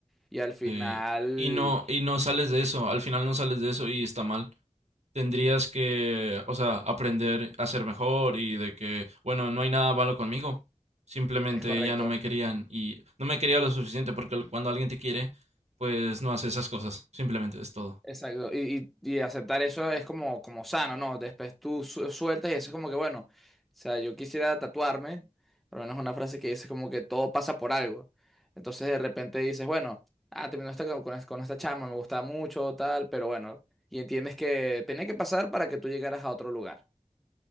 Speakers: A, in the centre; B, on the right (about 60°).
A: y al final
B: sí. Y no, y no sales de eso, al final no sales de eso y está mal. tendrías que, o sea, aprender a ser mejor y de que, bueno, no hay nada malo conmigo. Simplemente
A: es correcto.
B: ya no me querían y no me quería lo suficiente porque cuando alguien te quiere, pues no hace esas cosas. Simplemente es todo.
A: Exacto, y, y- y aceptar eso es como, como sano, ¿no? Después tú su- sueltas y eso es como que, bueno, o sea, yo quisiera tatuarme, por lo menos una frase que dice como que todo pasa por algo. Entonces de repente dices, bueno, ah, terminó esta, con, con esta chama, me gustaba mucho, tal, pero bueno, y entiendes que tenía que pasar para que tú llegaras a otro lugar.